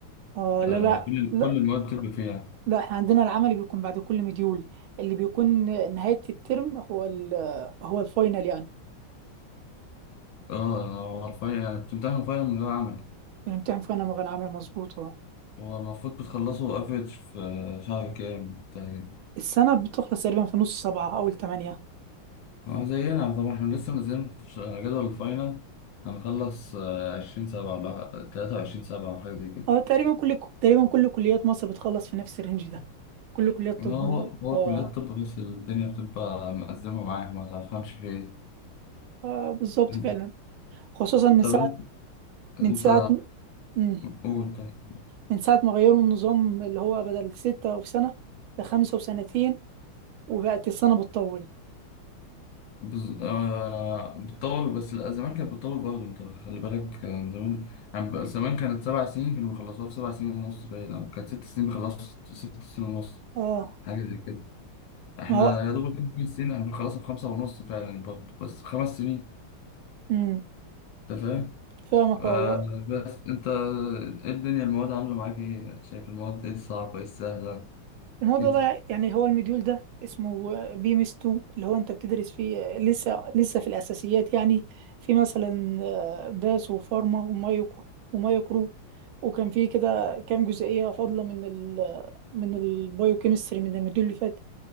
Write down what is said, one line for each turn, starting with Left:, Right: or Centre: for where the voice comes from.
Right: اه
Left: آه
Right: لا
Left: كل
Right: لا
Left: كل المواد بتبقى فيه يعني
Right: لا احنا عندنا العمل بيكون بعد كل مديول اللي بيكون نهاية الترم هو ال هو الفاينل يعني
Left: اه هو الفاينل يعني بتمتحنوا فاينل من غير عمل
Right: بنمتحن فاينل من غير عمل مظبوط اه
Left: هو المفروض بتخلصوا افريج في شهر كام بتاع كده
Right: السنة بتخلص تقريبا في نص سبعة أول تمانية
Left: اه زينا طبعا احنا لسه منزلين في ش- جدول الفاينل هنخلص عشرين سبعة ولا تلاتة وعشرين سبعة أو حاجة زي كده
Right: اه تقريبا كل تقريبا كل كليات مصر بتخلص في نفس الرينج ده كل كليات
Left: هو
Right: طب
Left: هو
Right: اه
Left: كليات الطب بس الدنيا بتبقى مأزمة معايا ما تفهمش في إيه
Right: آه، بالظبط
Left: طب
Right: فعلا خصوصا
Left: انت
Right: من ساعة من
Left: انت
Right: ساعة مم.
Left: قول طيب
Right: من ساعة ما غيروا النظام اللي هو بدل ستة في سنة لخمسة وسنتين وبقت السنة بتطول
Left: بز... آه... بتطول بس لا، زمان كانت بتطول برضه انت خلي بالك كان زمان يعني بقى زمان كانت سبع سنين كانوا بيخلصوها في سبع سنين ونص باين او كانت ست سنين بيخلصوا في ست سنين ونص
Right: اه
Left: حاجة زي كده احنا
Right: ما هو
Left: يا دوب خمس سنين احنا بنخلصها في خمسة ونص فعلا برضه بس خمس سنين
Right: مم.
Left: انت فاهم
Right: فاهمك
Left: آه...
Right: اه
Left: بس انت ايه الدنيا المواد عاملة معاك ايه شايف المواد ايه الصعبة ايه السهلة
Right: الموضوع
Left: كده
Right: ده يعني هو المديول ده اسمه بيمس 2 اللي هو انت بتدرس فيه لسه لسه في الاساسيات يعني في مثلا آه، باس وفارما ومايكرو ومايكرو وكان في كده كام جزئيه فاضله من ال من البايوكيمستري من المديول اللي فات